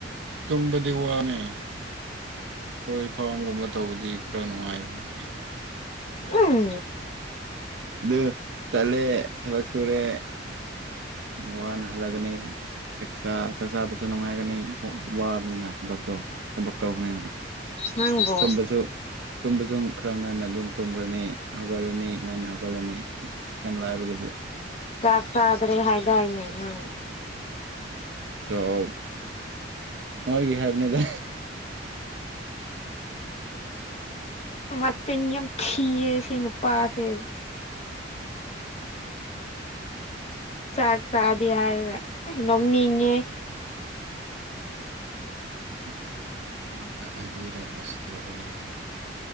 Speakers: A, on the right; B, on the left.
A: ꯇꯨꯝꯕꯗꯤ ꯋꯥꯅꯦ ꯂꯐ‌ꯣꯏ ꯐꯥꯝꯒꯨꯝꯕ ꯇꯧꯕꯗꯤ ꯈꯔ ꯅꯨꯡꯉꯥꯏꯕꯅꯦ
B: ꯎꯝ
A: ꯑꯗꯨ ꯆꯠꯂꯦ ꯊꯕꯛ ꯁꯨꯔꯦ ꯋꯥꯅ ꯍꯜꯂꯛꯒꯅꯤ ꯆꯥꯛ ꯆꯥ ꯆꯥꯛ ꯆꯥꯕꯁꯨ ꯅꯨꯡꯉꯥꯏꯒꯅꯤ ꯋꯥꯕꯅꯤꯅ ꯊꯕꯛꯇꯣ ꯊꯕꯛ ꯇꯧꯕꯅꯤꯅ
B: ꯅꯪꯕꯨ
A: ꯇꯨꯝꯕꯁꯨ ꯇꯨꯝꯕꯁꯨ ꯈꯔ ꯉꯟꯅ ꯑꯗꯨꯝ ꯇꯨꯝꯒ꯭ꯔꯅꯤ ꯍꯧꯒꯠꯂꯅꯤ ꯉꯟꯅ ꯍꯧ ꯍꯧꯒꯠꯂꯅꯤ ꯏꯁ ꯌꯥꯝ ꯂꯥꯏꯕꯗꯨꯕꯨ
B: ꯆꯥꯛ ꯆꯥꯗ꯭ꯔꯦ ꯍꯥꯏꯗꯥꯏꯅ‌ꯦ ꯅꯪ
A: ꯆꯥꯛ ꯅꯣꯏꯒꯤ ꯍꯥꯏꯕꯅꯦꯗ
B: ꯃꯆꯤꯟ ꯌꯥꯝ ꯊꯤꯌ‌ꯦ ꯁꯤ ꯅꯨꯄꯥꯁ‌ꯦ ꯆꯥꯛ ꯆꯥꯗ‌ꯦ ꯍꯥꯏꯔꯒꯦ ꯅꯣꯛꯅꯤꯡꯉꯦ
A: ꯎꯝ ꯅ‌ꯣꯏꯒꯤꯗꯃꯛꯇ ꯍꯥꯏꯕꯤꯔ ꯑꯁ ꯂ‌ꯣꯏꯔ‌ꯦ ꯅꯪꯁꯦ